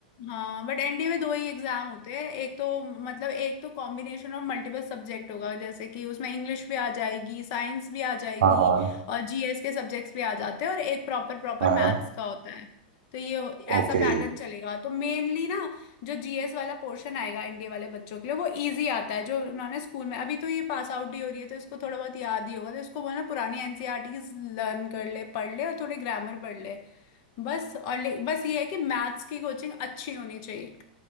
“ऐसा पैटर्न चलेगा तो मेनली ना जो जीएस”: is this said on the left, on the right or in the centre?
Left